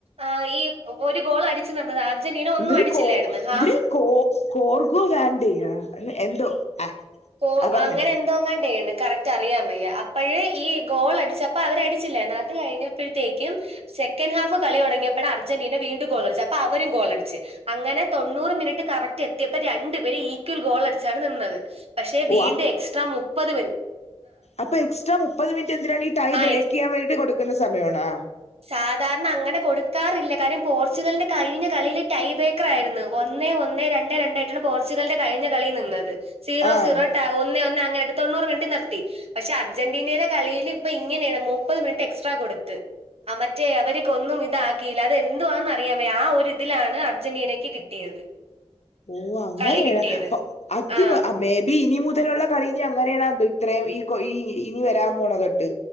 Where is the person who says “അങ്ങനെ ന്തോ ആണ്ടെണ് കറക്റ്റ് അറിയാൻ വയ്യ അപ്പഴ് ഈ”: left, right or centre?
Right